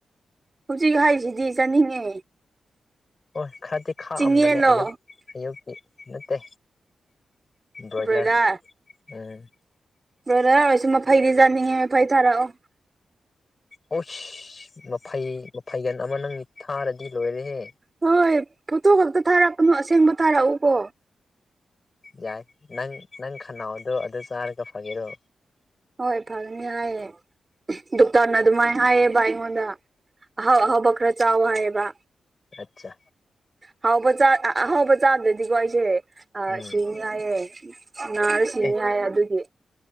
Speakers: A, on the right; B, on the left.
A: ꯍꯧꯖꯤꯛ ꯍꯥꯢꯁꯤꯗꯤ ꯆꯥꯅꯤꯡꯉꯦ
B: ꯑꯣꯢ ꯈꯛꯗꯤ ꯈꯥꯛꯑꯝꯕꯅꯦ
A: ꯆꯤꯡꯌꯦꯜꯂꯣ
B: ꯑꯌꯨꯛ ꯑꯌꯨꯛꯀꯤ ꯅꯠꯇꯦ ꯕ꯭ꯔꯣꯏꯂꯔ
A: ꯕ꯭ꯔꯗꯥ
B: ꯎꯝ
A: ꯕ꯭ꯔꯗꯔ ꯑꯣꯢꯁꯨ ꯃꯐꯩꯗꯤ ꯆꯥꯅꯤꯡꯉꯦ ꯃꯐꯩꯗꯣ ꯊꯥꯔꯛꯑꯣ
B: ꯑꯣꯁ ꯃꯐꯩ ꯃꯐꯩꯒꯟ ꯑꯃ ꯅꯪ ꯊꯥꯔꯗꯤ ꯂꯣꯢꯔꯦꯍꯦ
A: ꯍꯣꯢ ꯐꯣꯇꯣ ꯈꯛꯇ ꯊꯥꯔꯛꯀꯅꯣ ꯑꯁꯦꯡꯕ ꯊꯥꯔꯛꯎꯀꯣ
B: ꯌꯥꯢ ꯅꯪ ꯅꯪ ꯈꯅꯥꯎꯗꯣ ꯑꯗꯨ ꯆꯥꯔꯒ ꯐꯒꯦꯔꯣ
A: ꯍꯣꯢ ꯐꯒꯅꯤ ꯍꯥꯢꯌꯦ ꯗꯣꯛꯇꯅ ꯗꯨꯃꯥꯢ ꯍꯥꯢꯌꯦꯕ ꯑꯩꯉꯣꯟꯗ ꯑꯍꯥꯎ ꯑꯍꯥꯎꯕ ꯈꯔ ꯆꯥꯎ ꯍꯥꯢꯌꯦꯕ
B: ꯑꯠꯆꯥ
A: ꯍꯥꯎꯕ ꯆꯥ ꯑꯍꯥꯎꯕ ꯆꯥꯗ꯭ꯔꯗꯤꯀꯣ ꯑꯩꯖꯦ ꯑ
B: ꯎꯝ
A: ꯁꯤꯅꯤ ꯅꯤ ꯌꯥꯢꯌꯦ ꯅꯥꯔ ꯁꯤꯅꯤ
B: ꯑꯦ
A: ꯍꯥꯢꯌꯦ ꯑꯗꯨꯒꯤ